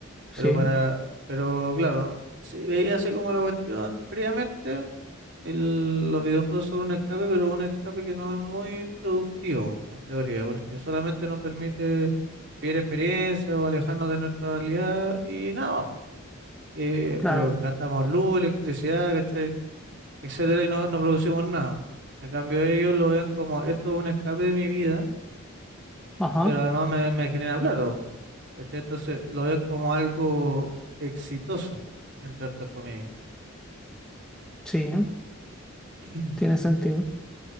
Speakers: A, in the centre; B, on the right.
A: sí,
B: Pero para, pero claro, si veía así como la cuestión fríamente, el- los videojuegos son un escape, pero un escape que no es muy productivo, en teoría, porque solamente nos permite vivir experiencias o alejarnos de nuestra realidad y nada más. Eh,
A: claro,
B: pero gastamos luz, electricidad, ¿cachai? etcétera, y no, no producimos nada. En cambio, ellos lo ven como esto es un escape de mi vida,
A: ajá,
B: pero además me, me genera plata, ¿cachai? Entonces lo ven como algo exitoso, entre otras comillas.
A: sí,
B: <clears throat>
A: tiene sentido.